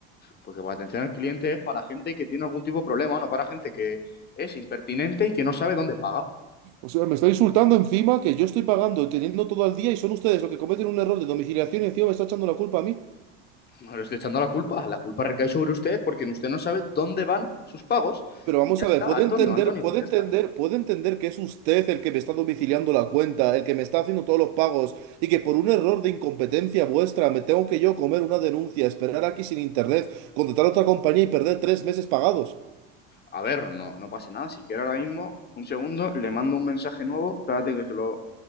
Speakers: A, on the left; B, on the right.
A: Porque la atención al cliente es para gente que tiene algún tipo de problema, no para gente que es impertinente y que no sabe dónde paga. <laughs>
B: O sea, me está insultando encima que yo estoy pagando, teniendo todo al día y son ustedes los que cometen un error de domiciliación y encima me está echando la culpa a mí.
A: No le estoy echando la culpa. La culpa recae sobre usted porque usted no sabe dónde van sus pagos.
B: Pero vamos
A: Y ya está,
B: a ver, puede
A: Antonio,
B: entender,
A: Antonio,
B: puede
A: ya
B: entender,
A: está.
B: puede entender que es usted el que me está domiciliando la cuenta, el que me está haciendo todos los pagos y que por un error de incompetencia vuestra me tengo que yo comer una denuncia, esperar aquí sin internet, contratar a otra compañía y perder tres meses pagados.
A: A ver, no, no pasa nada. Si quiere ahora mismo, un segundo, le mando un mensaje nuevo. Espérate que se lo...